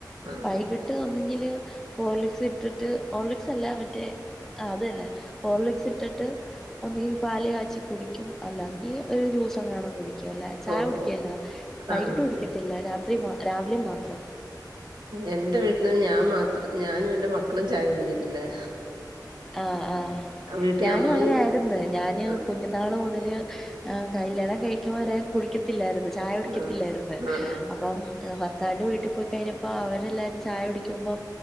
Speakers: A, on the right; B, in the centre.
A: ആഹ്
B: വൈകിട്ട് ഒന്നെങ്കില് ഹോർലിക്സ് ഇട്ടിട്ട് ഓർലിക്സ് അല്ല അവന്റെ അതല്ലേ ഹലിക്സ് ഇട്ടിട്ട് ഒന്നഈ പാൽ കാച്ചി കുടിക്കും അല്ലെങ്കിൽ ഒരു ജ്യൂസ് അങ്ങനെയാണ കുടിക്കും അല്ലെ ചായ
A: ഓഹോ
B: കുടിക്കുകല്ല വൈകിട്ടും
A: ആണ് അതെ
B: കുടിക്കത്തില്ല രാത്രി രാവിലെ മാത്രം
A: എൻറെ വീട്ടില് ഞാൻ മാത്രം ഞാനും എന്റെ മക്കളും ചായ കുടിക്കത്തില്ല
B: ആഹ് ആഹ്
A: വീട്ടിൽ
B: ഞാനും
A: അമ്മയും
B: അങ്ങനെ ആയിരുന്നു ഞാന്
A: ആഹ്
B: കുഞ്ഞ്ന്നാള് മുതല് കല്യാണം കഴിക്കുമ്പോൾ വരെ കുടിക്കത്തില്ലായിരുന്നു ചായ കുടിക്കത്തില്ലായിരുന്നു
A: ആഹ് ആഹ് ആഹ്
B: അപ്പം ഭർത്താവിൻ്റെ വീട്ടിൽ പോയി കഴിഞ്ഞപ്പോൾ അവരെല്ലാവരും ചായ കുടിക്കുമ്പോം